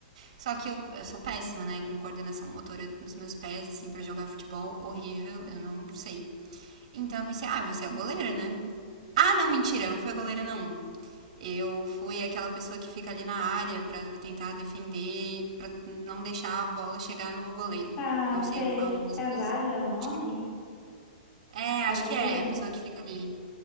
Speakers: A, on the right; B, on the left.
A: Só que eu, eu sou péssima, né? Com coordenação motora dos meus pés, assim, para jogar futebol, horrível, eu não sei. Então eu pensei, ah, você é a goleira, né? Ah, não, mentira, eu não fui a goleira, não. Eu fui aquela pessoa que fica ali na área para tentar defender, para não deixar a bola chegar no goleiro.
B: Tá,
A: Não sei
B: sei.
A: qual é o nome dessa
B: É
A: posição.
B: Zaga é o nome?
A: Acho que é,
B: Zagueiro?
A: acho que é, a pessoa que fica ali.